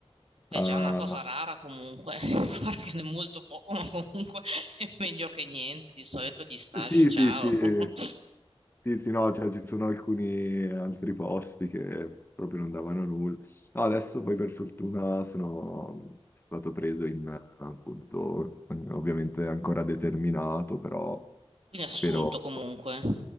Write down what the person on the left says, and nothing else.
Ah,
sì,
sì, sì,
sì, sì, no, cioè ci sono alcuni altri posti che proprio non davano nulla. No, adesso poi per fortuna sono stato preso in, appunto, ovviamente ancora determinato, però
spero...